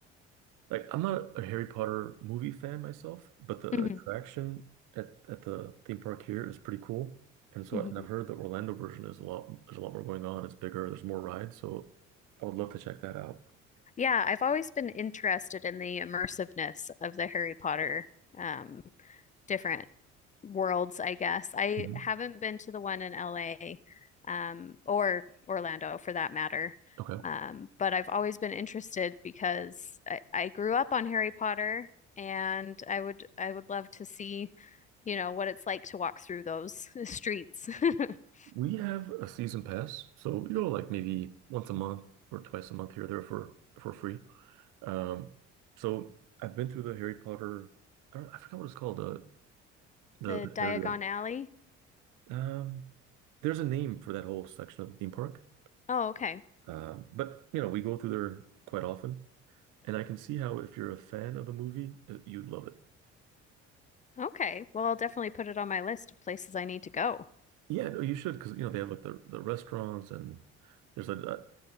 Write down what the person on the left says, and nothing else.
hmm
hmm
Yeah, I've always been interested in the immersiveness of the Harry Potter um, different worlds, I guess. I
haven't been to the one in LA um, or Orlando for that matter.
Um, but I've always been interested because I, I grew up on Harry Potter and I would I would love to see, you know, what it's like to walk through those <laughs> streets. <laughs>
The
Diagon
Alley.
Oh, okay.
Okay. Well, I'll definitely put it on my list of places I need to go.